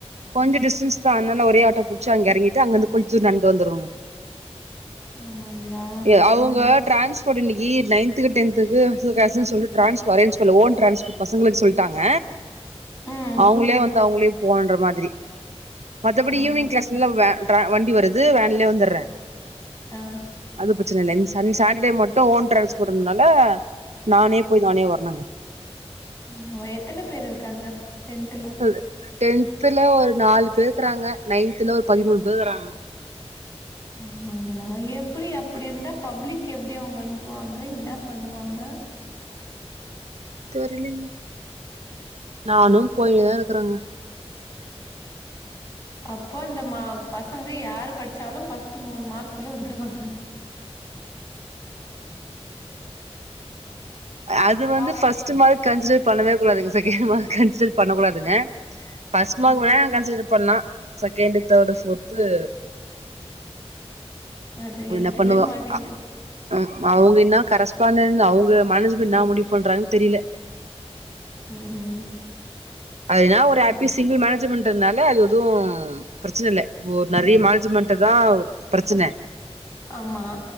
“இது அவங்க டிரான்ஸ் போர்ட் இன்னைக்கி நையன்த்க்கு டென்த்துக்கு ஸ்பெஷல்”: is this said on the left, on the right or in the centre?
Right